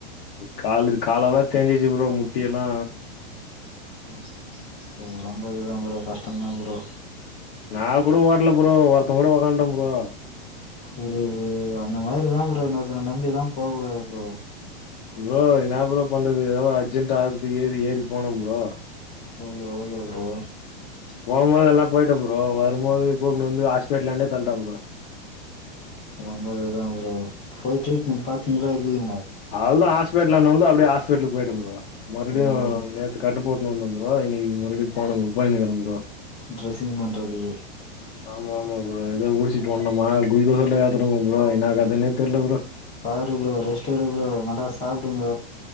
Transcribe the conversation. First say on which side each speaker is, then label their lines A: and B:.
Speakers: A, on the left; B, on the left.
A: காலு கால எல்லா தேஞ்சிச்சு ப்ரோ முட்டி எல்லா
B: ம் ப்ரோ ஓரு அம்பது தா ப்ரோ கஷ்டதா ப்ரோ
A: நா கூட ஓட்ல ப்ரோ ஒரத்தன் கூட உக்காண்டே ப்ரோ
B: ஒரு அந்த மாரிதா ப்ரோ இன்னொருத்தன நம்பிதா போக கூடாது ப்ரோ
A: ப்ரோ என்னா ப்ரோ பண்றது எதோ அர்ஜென்டா ஆகுறதுக்கு ஏறி ஏறி போனோ ப்ரோ
B: ஓகே ஓகே ப்ரோ
A: போ போது நல்லா போயிட்டே ப்ரோ வருபோது கூப்னு வந்து ஹாஸ்பிட்டலாண்டே தள்ட்டா ப்ரோ
B: ஓரு அம்பது தா ப்ரோ போய் ட்ரீட்மெண்ட் பாத்தீங்களா இல்லையாங்களா
A: அவ்ள்தா ஹாஸ்பிட்டல் நுந்து அப்டியே ஹாஸ்பிடலுக்கு போயிட்ட ப்ரோ மறுவடியு
B: ஓகே
A: நேத் நேத்து கட்டு போட்டு வந்த ப்ரோ இன்னைக்கு மறுவடியு போனங்க போய்னுக்குறே ப்ரோ
B: டிரெஸிங் பண்றது
A: ஆமா ஆமா ப்ரோ ஏதோ ஊசி போட்னோமா குளுக்கோஸ்லா ஏத்தனோமா ப்ரோ என்னா கதனே தெரியல ப்ரோ
B: பாரு ப்ரோ ரெஸ்ட் எடு ப்ரோ நல்லா சாப்டுங்க